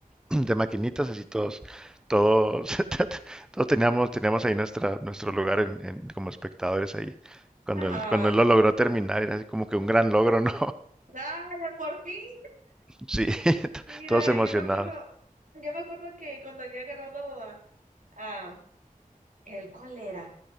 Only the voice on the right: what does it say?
Ajá.
¡Ay, por fin!
Mira,
yo me acuerdo, yo me acuerdo que cuando había agarrado a, a, ¿El cuál era?